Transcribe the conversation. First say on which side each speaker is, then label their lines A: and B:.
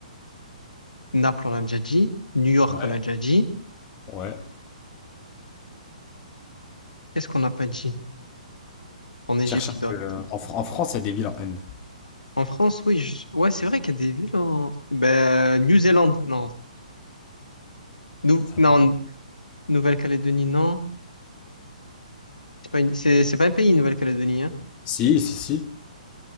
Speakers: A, on the left; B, on the left.
A: Naples, on a déjà dit. New York,
B: Ouais.
A: on a déjà dit.
B: Ouais.
A: Qu'est-ce qu'on n'a pas dit? En Égypte,
B: Cherche un
A: il doit-
B: peu. euh, En, Fr- en France, il y a des villes en N.
A: En France, oui. je- Ouais, c'est vrai qu'il y a des villes en... Ben, New Zealand, non. Nou-
B: Ça
A: Non,
B: paye.
A: Nouvelle-Calédonie, non. C'est pas une- c'est c'est pas un pays, Nouvelle-Calédonie, hein.
B: Si, si, si.